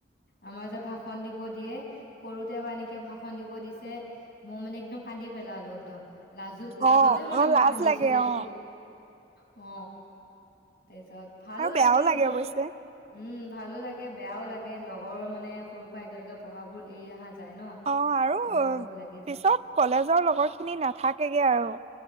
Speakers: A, on the left; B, on the right.
A: আমাৰ যে ভাষন দিব দিয়ে সৰুতে এ, বা এনেকে ভাষন দিব দিছে মই মানে একদম কান্দি পেলালো একদম। লাজ লাজতে
B: অ
A: মানে
B: অ
A: মই
B: লাজ
A: কান্দিছো
B: লাগে
A: দেই।
B: অ
A: অ'। তাৰপিছত ভালো
B: আৰু বেয়াও
A: লাগে এইবোৰ
B: অৱশ্যে
A: উম। ভালো লাগে, বেয়াও লাগে। এ লগৰ মানে সৰুৰ পৰা একেলগে পঢ়া বোৰ এৰি অহা যায় ন
B: অ', আৰু
A: বৰ
B: পিছত
A: দুখ লাগি যায়
B: কলেজৰ লগৰ খিনি নাথাকেগে আৰু।